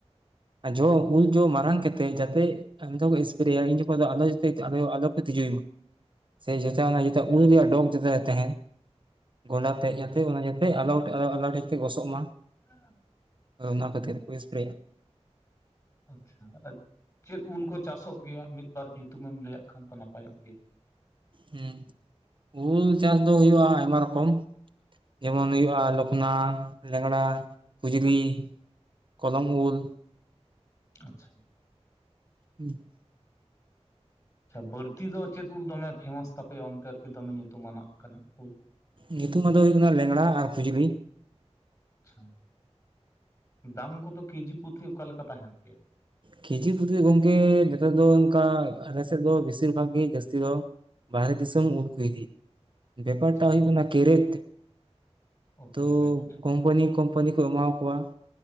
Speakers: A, on the right (about 45°); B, on the left (about 30°).
A: ᱟᱨ ᱡᱚ ᱩᱞ ᱡᱚ ᱢᱟᱨᱟᱝ ᱠᱮᱛᱮᱡ ᱡᱟᱛᱮ ᱟᱨ ᱢᱤᱫᱫᱷᱟᱣ ᱮᱥᱯᱨᱮᱭᱟ ᱤᱱ ᱡᱚᱠᱷᱚᱱ ᱫᱚ ᱟᱞᱚ ᱟᱞᱚ ᱡᱟᱛᱮ ᱛᱤᱡᱩᱭ ᱢᱟ᱾ ᱥᱮ ᱡᱮᱪᱟ ᱚᱱᱟ ᱡᱮᱪᱟ ᱩᱞ ᱨᱮᱭᱟᱜ ᱰᱚᱜᱽ ᱡᱮᱛᱮ ᱛᱟᱦᱮᱸ ᱜᱚᱸᱰᱟ ᱛᱮᱜ ᱡᱟᱛᱮ
B: ᱟᱪᱪᱷᱟ
A: ᱚᱱᱟ ᱡᱟᱛᱮ ᱟᱞᱚ ᱟᱞᱚᱣ ᱜᱚᱥᱚᱜ ᱢᱟ᱾
B: <inaudible>
A: ᱚᱱᱟ ᱠᱷᱟᱹᱛᱤᱨ ᱠᱚ ᱥᱯᱨᱮᱭᱟ᱾
B: ᱟᱪᱪᱷᱟ ᱟᱨ ᱪᱮᱫ ᱩᱞ ᱠᱚ ᱪᱟᱥᱚᱜ ᱜᱮᱭᱟ ᱢᱤᱫᱵᱟᱨ ᱧᱩᱛᱩᱢᱮᱢ ᱞᱟᱹᱭᱟᱜ ᱠᱷᱟᱱ ᱫᱚ ᱱᱟᱯᱟᱭᱚᱜ ᱜᱮᱭᱟ?
A: ᱦᱮᱸ ᱩᱞ ᱪᱟᱥ ᱫᱚ ᱦᱩᱭᱩᱜᱼᱟ ᱟᱭᱢᱟ ᱨᱚᱠᱚᱢ ᱡᱮᱢᱚᱱ ᱦᱩᱭᱩᱜᱼᱟ ᱞᱚᱠ ᱠᱚᱱᱟ, ᱞᱮᱸᱜᱲᱟ, ᱯᱷᱩᱡᱞᱤ, ᱠᱚᱞᱚᱢ ᱩᱞ᱾
B: ᱟᱪᱪᱷᱟ
A: ᱦᱩᱸ
B: ᱟᱪᱷᱟ ᱵᱟᱹᱲᱛᱤ ᱫᱚ ᱪᱮᱫ ᱩᱞ ᱫᱚᱢᱮ ᱯᱷᱮᱢᱟᱥ ᱛᱟᱯᱮᱭᱟ ᱚᱱᱛᱮ ᱟᱨᱠᱤ ᱫᱚᱢᱮ ᱧᱩᱛᱩ ᱢᱟᱱᱟᱜ ᱠᱟᱱᱟ ᱩᱞ?
A: ᱧᱩᱛᱩᱢ ᱟᱫᱚ ᱦᱳᱭᱳᱜ ᱠᱟᱱᱟ ᱞᱮᱝᱲᱟ ᱟᱨ ᱯᱷᱩᱡᱽᱞᱤ᱾
B: ᱟᱪᱷᱟ ᱫᱟᱢ ᱠᱚᱫᱚ ᱠᱮᱡᱤ ᱯᱩᱛᱷᱮ ᱚᱠᱟ ᱞᱮᱠᱟ ᱛᱟᱦᱮᱱ ᱜᱮᱭᱟ?
A: ᱠᱤᱡᱤ ᱯᱩᱛᱤ ᱜᱚᱝᱠᱮ ᱱᱮᱛᱟᱨ ᱫᱚ ᱚᱝᱠᱟ ᱟᱞᱮ ᱥᱮᱫ ᱫᱚ ᱵᱮᱥᱤᱨ ᱵᱷᱟᱜᱽ ᱜᱮ ᱡᱟᱹᱥᱛᱤ ᱫᱚ ᱵᱟᱦᱨᱮ ᱫᱤᱥᱚᱢ ᱩᱞᱩᱠ ᱤᱫᱤ ᱵᱮᱯᱟᱨ
B: ᱟᱪᱪᱷᱟ
A: ᱴᱟᱜ ᱦᱩᱭᱩᱜ ᱠᱟᱱᱟ ᱠᱮᱨᱮᱛᱷ
B: ᱳᱠᱮ
A: ᱛᱚ
B: ᱨᱮᱴ
A: ᱠᱚᱢᱯᱟᱱᱤ ᱠᱚᱢᱯᱟᱱᱤ ᱠᱚ ᱮᱢᱟᱣ ᱠᱚᱣᱟ